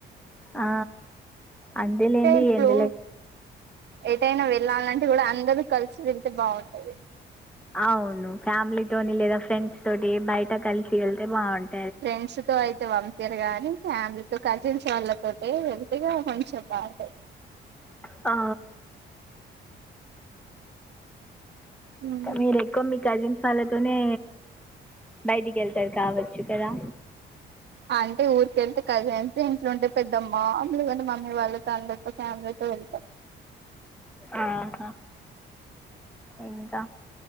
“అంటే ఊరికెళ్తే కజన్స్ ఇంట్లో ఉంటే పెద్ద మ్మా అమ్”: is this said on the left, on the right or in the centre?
Right